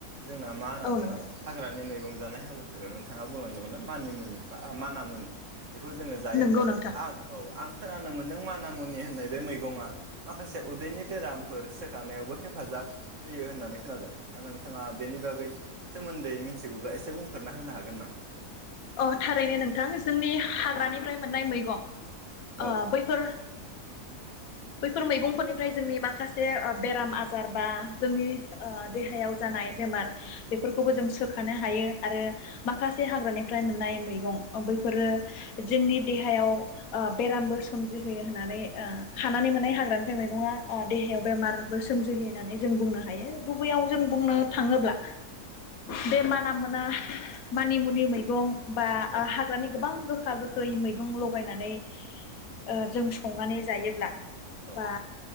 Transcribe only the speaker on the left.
औ
नोंथां
नंगौ
नोंथां
अ थारैनो नोंथां जोंनि हाग्रानिफ्राय मोननाय मैगं अ
बैफोर बैफोर मैगंफोरनिफ्राय जोंनि माखासे आ बेराम आजार बा जोंनि ओ देहायाव जानाय बेमार बेफोरखौबो जों सोखानो हायो आरो माखासे हाग्रानि फ्राय मोननाय मैगं अ बैफोरो जोंनि देहायाव ओ बेरामबो सोमजिहोयो होननानै ओ खानानै मोननाय हाग्रानिफ्राय मैगङा आ देहायाव बेमारबो सोमजिहोयो होननानै जों बुंनो हायो। गुबैयाव जों बुंनो
थाङोब्ला बे माना मोना मानि मुनि मै गं। बा
हाग्रानि गोबां गो गोखा गोखै मैगं लगायनानै ओ जों संनानै जायोब्ला
बा